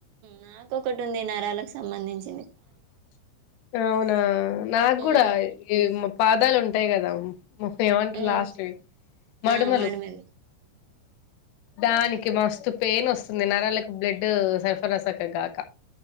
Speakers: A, on the right; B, on the left.
A: నాకొ ఒకటు ఉంది నరాలకు సంబంధించి
B: అవునా నాగ కూడా
A: ఉమ్
B: ఈ పాదాలు ఉంటాయి కదా ముప్ప ఏమంటారు
A: ఉమ్
B: లాస్ట్ మడుమలు
A: ఆ మాడిమిల్లి
B: దానికి మస్తు పెయిన్ వస్తుంది నరాలకు బ్లడ్ సల్ఫరస్ సక్క గాక